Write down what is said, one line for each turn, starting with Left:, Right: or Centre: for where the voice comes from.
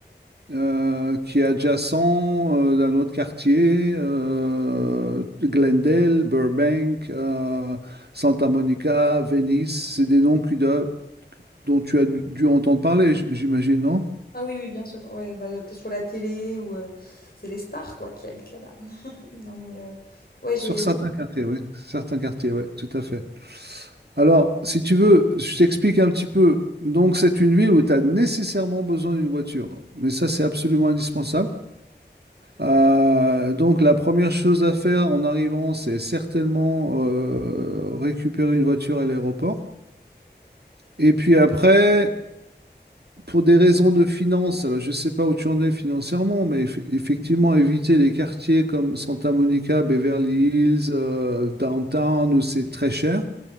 Right: euh, qui est adjacent euh, d'un autre quartier, euh, Glendale, Burbank, euh, Santa Monica, Venice. C'est des noms que de- dont tu as dû dû entendre parler, j- j'imagine, non?
Left: Ah oui, oui, bien sûr. Ouais, bah, que ce soit la télé ou... euh, c'est les stars, quoi, qui habitent là-bas. <laughs> Non, mais... euh, ouais, j'ai...
Right: Sur certains quartiers, oui. Certains quartiers, oui, tout à fait. Alors, si tu veux, je t'explique un petit peu. Donc, c'est une ville où tu as nécessairement besoin d'une voiture. Mais ça, c'est absolument indispensable. Euh, donc la première chose à faire en arrivant, c'est certainement euh, récupérer une voiture à l'aéroport. Et puis après, pour des raisons de finances, alors je ne sais pas où tu en es financièrement, mais eff- effectivement, éviter les quartiers comme Santa Monica, Beverly Hills, euh, Downtown, où c'est très cher,